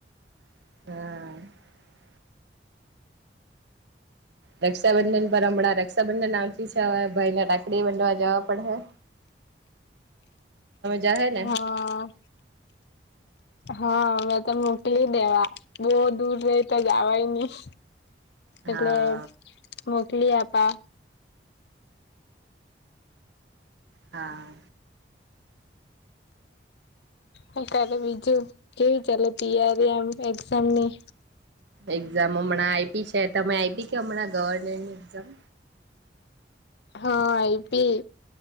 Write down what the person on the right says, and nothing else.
હ રક્ષાબંધન પર હમણાં રક્ષાબંધન આવતી છે હવે ભાઈને રાખડી બનધા જવા પડ હે જાહે
ને
હા
હા
એક્ઝામ હમણાં આઈપી છે તમે આઈપી કે હમણાં ગવર્મેન્ટની એક્ઝામ